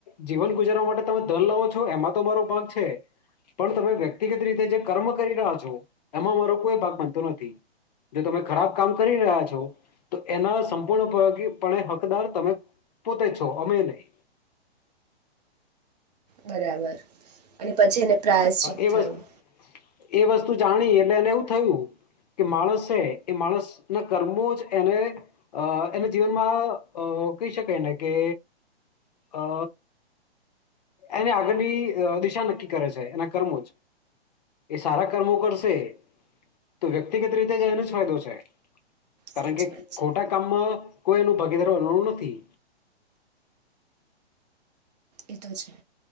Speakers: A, on the left; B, on the right.
A: જીવન ગુજારવા માટે તમે ધન લાવો છો એમાં તો મારો ભાગ છે. પણ તમે વ્યક્તિગત રીતે જે કર્મ કરી રહ્યા છો એમાં મારો કોઈ ભાગ બનતો નથી જો તમે ખરાબ કામ કરી રહ્યા છ છે તો એના સંપૂર્ણપને હકદાર તમે પોતે છો અમે નહી.
B: બરાબર. અને પછી એને પ્રાયશચિત
A: એ
B: થયું.
A: વસ્તુ એ વસ્તુ જાણી એટલે એને એવું થયું કે માણસ છે એ માણસ ના કર્મો જ એને અ એને જીવનમાં કહી શકાયને કે અ એને આગળની દિશા નક્કી કરે છે એના કર્મો જ. એ સારા કર્મો કરશે તો વ્યક્તિગત રીતે જ એનો જ ફાયદો છે. કારણ
B: સાચી
A: કે
B: વાત છે
A: ખોટા કામમાં કોઈ એનું ભાગીદારનું નથી.
B: એ તો છે.